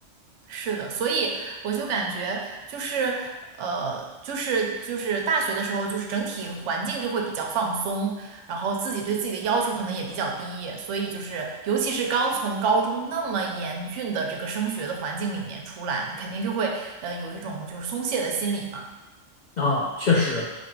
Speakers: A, on the right; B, on the left.
A: 是的，所以我就感觉就是呃，就是就是大学的时候，就是整体环境就会比较放松，然后自己对自己的要求可能也比较低，所以就是尤其是刚从高中那么严峻的这个升学的环境里面出来，那肯定就会呃有一种就是松懈的心理嘛。
B: 啊，确实，